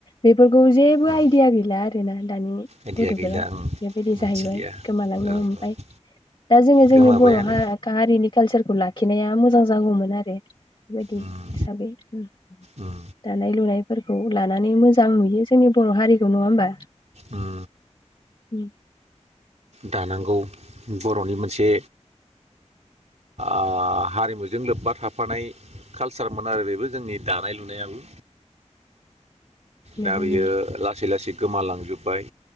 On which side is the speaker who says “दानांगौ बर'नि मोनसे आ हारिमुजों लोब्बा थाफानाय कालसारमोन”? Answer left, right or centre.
Right